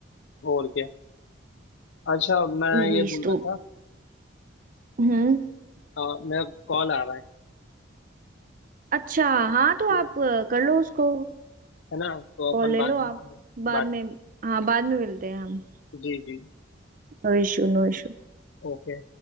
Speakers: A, on the left; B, on the right.
A: और क्या अच्छा मैं
B: मूवीज
A: ये बोल
B: तो
A: रहा था
B: हम्म
A: आ, मेरा कॉल आ रहा है
B: अच्छा हाँ तो
A: तो
B: आप अ, कर लो उसको
A: है ना तो
B: कॉल
A: अपन
B: ले
A: बाद
B: लो
A: में
B: आप
A: फिर
B: बाद
A: बात
B: में
A: करते
B: हाँ बाद में मिलते हैं हम
A: हैं। जी जी
B: No issue no issue
A: ओके